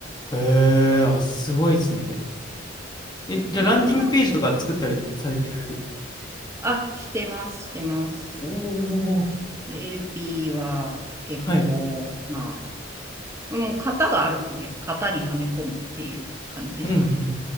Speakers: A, on the left (about 25°); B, on the right (about 15°).
A: あ。へえ、あ、すごいですね。え、
B: 岩尾さんは
A: じゃあ、ランディングページとか作ったりされてる。
B: あ、してます、してます。
A: おお
B: LP は結構、
A: はい。
B: まあ、もう型があるので、型にはめ込むっていう感じですかね。
A: うん、うん。